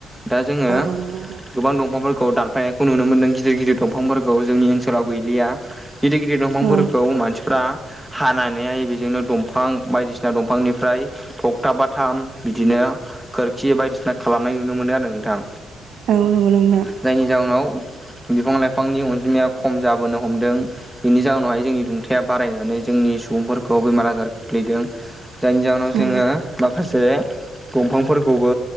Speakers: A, in the centre; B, on the right.
A: दा जोङो
B: औ नंगौ नोंथां
A: गोबां दंफांफोरखौ दानफायनायखौ नुनो मोनदों गिदिर गिदिर दंफांफोरखौ जोंनि ओनसोलाव गैलिया। गिदिर गिदिर दंफांफोरखौ
B: उम
A: मानसिफ्रा हानानैहाय बेजोंनो दंफां बायदिसिना दंफांनिफ्राय थगथाब बाथाम बिदिनो खोरखि बायदिसिना खालामनाय नुनो मोनो आरो नोंथां
B: राव रोंगौ लोंना
A: जायनि जाहोनाव बिफां लाइफांनि अनजिमाया खम जाबोनो हमदों। बेनि जाहोनावहाय जोंनि दुंथाया बारायनानै जोंनि सुबुंफोरखौ बेमार आजार गो्लैदों जायनि जाहोनाव
B: औ
A: जोङो माखासे दंफांफोरखौबो